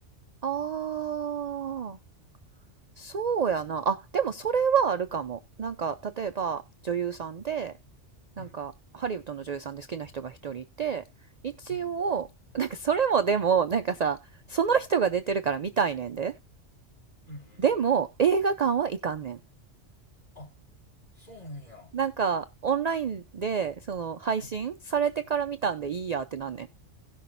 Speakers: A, on the right; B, on the left.
A: ああ、そうやな。あ、でもそれはあるかも。なんか例えば女優さんで、なんかハリウッドの女優さんで好きな人が一人いて、
B: うん、
A: 一応、
B: うん、
A: なんかそれもでも、なんかさ、
B: うん、
A: その人が出てるから見たいねんで。
B: うん、うんうん。
A: でも映画館は行かんねん。
B: あ、そうなんや。
A: なんか、オンラインで、その、配信されてから見たんでいいやってなんねん。
B: うん。